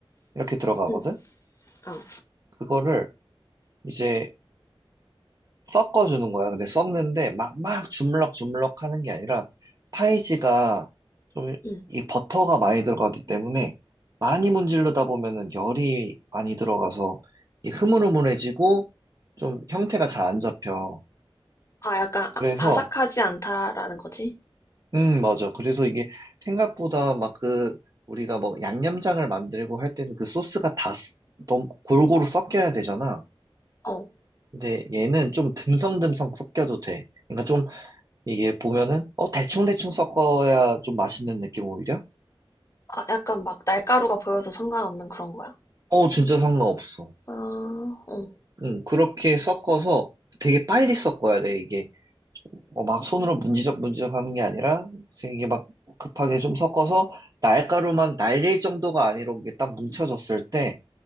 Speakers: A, on the right; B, on the left.
A: 이렇게 들어가거든.
B: 응, 어,
A: 그거를 이제 섞어주는 거야. 근데 섞는데 막, 막 주물럭 주물럭 하는 게 아니라 파이지가 좀
B: 응.
A: 이 버터가 많이 들어가기 때문에 많이 문지르다 보면은 열이 많이 들어가서 이 흐물흐물해지고 좀 형태가 잘 안 잡혀.
B: 아, 약간 아,
A: 그래서,
B: 바삭하지 않다라는 거지?
A: 음, 맞아. 그래서 이게 생각보다 막 그, 우리가 뭐 양념장을 만들고 할 때는 그 소스가 다 쓰- 너무 골고루 섞여야 되잖아.
B: 어,
A: 근데 얘는 좀 듬성듬성 섞여도 돼. 그러니까 좀 이게 보면은, 어, 대충대충 섞어야 좀 맛있는 느낌 오히려?
B: 아, 약간 막 날가루가 보여서 상관없는 그런 거야?
A: 어, 진짜 상관없어.
B: 아, 어,
A: 응, 그렇게 섞어서 되게 빨리 섞어야 돼, 이게. 어, 막 손으로 문지적 문지적 하는 게 아니라, 이게 막 급하게 좀 섞어서 날가루만 날릴 정도가 아니라 이게 딱 뭉쳐졌을 때,